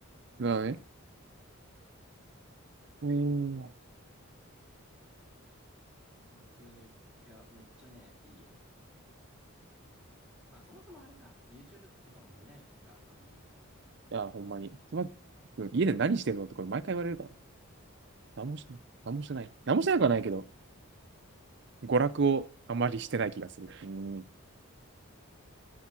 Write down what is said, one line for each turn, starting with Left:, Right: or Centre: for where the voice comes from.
Right: なるほどね。えー、
Centre: うん普通に、いや、めっちゃね、いいよ。まあ、そもそもあれか。YouTube とかも見ないか、あんまり。
Right: いや、ほんまに。つばくん家で何してんのってこれ毎回言われるから。何もして、何もしてない。何もしてなくはないけど、娯楽をあまりしてない気がする。うん。